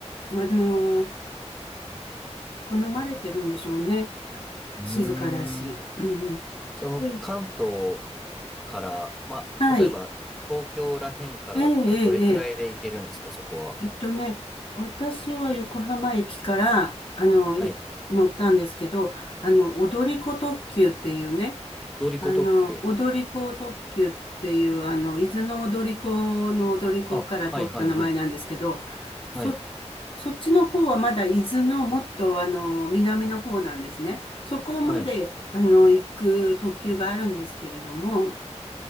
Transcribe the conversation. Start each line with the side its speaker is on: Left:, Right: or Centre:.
Left: あの、好まれてるんでしょうね。
Centre: うーん。
Left: 静かだし。うんうん。
Centre: その関東
Left: で、
Centre: から、まあ、
Left: はい。
Centre: 例えば東京らへんからだったらどれくらいで行けるんですか、
Left: ええ、ええ、ええ。
Centre: そこは。
Left: えっとね、私は横浜駅から、あの、
Centre: はい。
Left: い乗ったんですけど、あの、踊り子特急っていうね、
Centre: 踊り子特急。
Left: あの、踊り子特急っていう、あの、伊豆の踊り子の踊り子から取った名前なんですけど、
Centre: あ、はいはいはい。
Left: そ、
Centre: はい。
Left: そっちの方はまだ伊豆のもっと、あの、南の方なんですね。そこまで、
Centre: はい。
Left: あの、行く特急があるんですけれども、